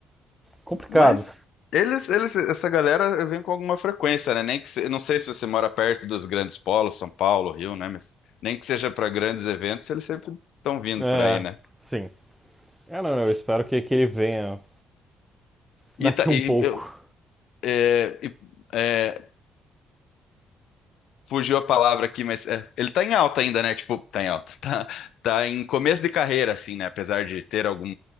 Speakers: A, in the centre; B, on the left.
A: complicado.
B: Mas eles, eles, essa galera vem com alguma frequência, né? Nem que se, eu não sei se você mora perto dos grandes polos, São Paulo, Rio, né? Mas nem que seja para grandes eventos, eles sempre estão vindo
A: É,
B: por aí, né?
A: sim. É, não, eu espero que, que ele venha daqui
B: E, tá,
A: um
B: e
A: pouco.
B: eu, é, e, é, fugiu a palavra aqui, mas é, ele tá em alta ainda, né? Tipo, tá em alta. Tá, tá em começo de carreira, assim, né? Apesar de ter algum